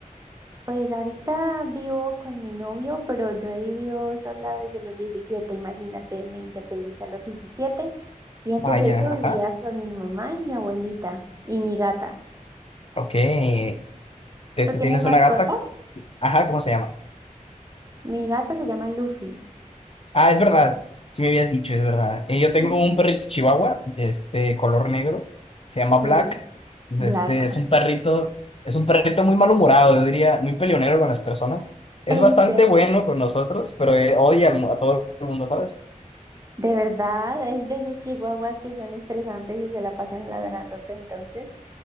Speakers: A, on the right (about 25°); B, on the left (about 45°).
A: Pues ahorita vivo con mi novio, pero yo he vivido sola desde los 17. imagínate, me independicé a los 17. y antes
B: Vaya,
A: de eso vivía
B: ajá,
A: con mi mamá y mi abuelita y mi gata.
B: ok. Este,
A: ¿Tú tienes
B: ¿tienes
A: mascotas?
B: una gata? Ajá, ¿cómo se llama?
A: Mi gata se llama Luffy.
B: Ah, es verdad. Sí me habías dicho, es verdad. Eh, yo tengo
A: Ujú.
B: un perrito chihuahua, este, color negro. Se llama
A: Sí,
B: Black.
A: Black.
B: Este, es un perrito, es un perrito muy malhumorado, yo diría, muy peleonero con las personas. Es
A: ¿En
B: bastante
A: serio?
B: bueno con nosotros, pero eh, odia al mu- a todo el mundo, ¿sabes?
A: De verdad, es de esos chihuahuas que son estresantes y se la pasan ladrándote entonces.